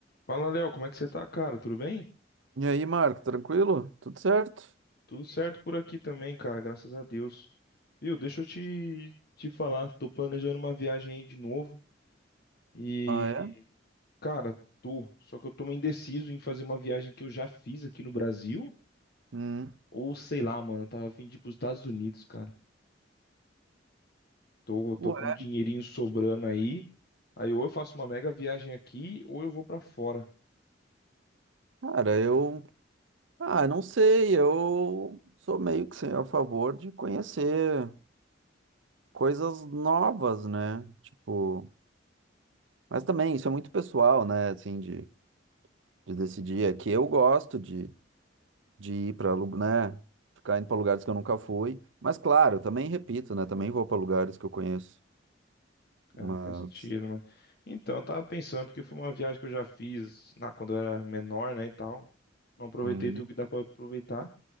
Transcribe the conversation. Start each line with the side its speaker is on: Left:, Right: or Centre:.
Left: Fala, Léo, como é que você tá, cara? Tudo bem?
Right: E aí, Marco, tranquilo? Tudo certo?
Left: Tudo certo por aqui também, cara, graças a Deus. Viu, deixa eu te, te falar, tô planejando uma viagem aí de novo e,
Right: Ah, é?
Left: cara, tô, só que eu tô meio indeciso em fazer uma viagem que eu já fiz aqui no Brasil
Right: Hum.
Left: ou sei lá, mano, eu tava a fim de ir pros Estados Unidos, cara. Tô, tô
Right: Ué,
Left: com um dinheirinho sobrando aí, aí ou eu faço uma mega viagem aqui ou eu vou pra fora.
Right: cara, eu. Ah, não sei, eu sou meio que sem a favor de conhecer coisas novas, né? Tipo. Mas também isso é muito pessoal, né? Assim, de, de decidir. É que eu gosto de, de ir pra, lu- né? Ficar indo pra lugares que eu nunca fui. Mas, claro, eu também repito, né? Também vou pra lugares que eu conheço.
Left: Ah,
Right: Mas.
Left: faz sentido, mas... Então, eu tava pensando, porque foi uma viagem que eu já fiz na, quando eu era menor, né, e tal. Não aproveitei
Right: hum,
Left: tudo que dá pra aproveitar.